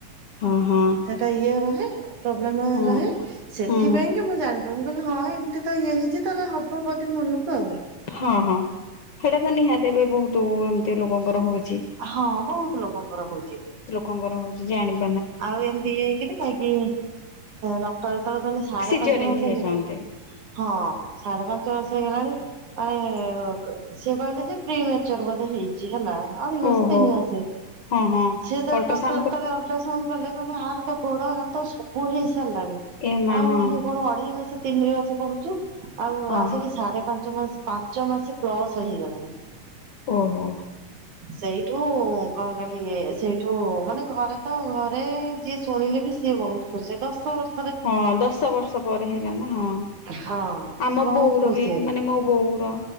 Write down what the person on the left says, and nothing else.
ହଁ ହଁ
ହଁ
ହଁ
ହଁ ହଁ ସେଟା ତ ନିହାତି ଏବେ ବହୁତ ଏମିତି ଲୋକଙ୍କର ହଉଛି।
କଣଙ୍କର ହହୁଉଛି ଜାିବି <unintelligible>
ସିଜରିଙ୍ଗ
ହେଇଛନ୍ତି।
ଓହୋ
ହଁ ହଁ
ଅଲଟ୍ରାସାଉଣ୍ଡ
ପରେ
ଏ ମା
ହଁ
ଓହୋ
ଓହୋ
ହଁ ଦଶ ବର୍ଷ ପରେ ହେଇଯ ହଁ
ଆମ
ବୋଉର
ବି,
ମାନେ ମୋ ବୋଉର